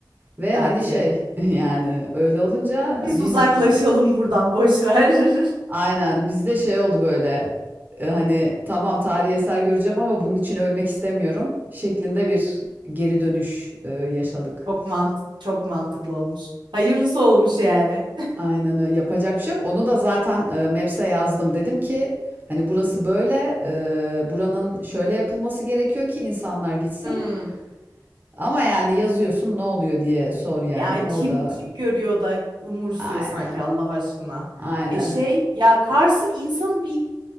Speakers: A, on the right; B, on the right.
A: Ve
B: belki.
A: hani şey <laughs> yani öyle olunca
B: Biz
A: biz
B: uzaklaşalım buradan boş ver. <laughs>
A: Aynen bizde şey oldu böyle e, hani tamam tarihi eser göreceğim ama bunun için ölmek istemiyorum şeklinde bir geri dönüş e, yaşadık.
B: Çok mantık, çok mantıklı olmuş. Hayırlısı olmuş yani. <laughs>
A: Aynen öyle yapacak bir şey yok. Onu da zaten e, Maps'e yazdım. Dedim ki hani burası böyle e, buranın şöyle yapılması gerekiyor ki insanlar gitsin.
B: Hmm.
A: Ama yani yazıyorsun ne oluyor diye sor yani
B: Ya kim
A: orada
B: kim görüyor da umursuyor
A: aynen
B: sanki Allah aşkına.
A: aynen
B: E şey ya Kars'ın insanı bir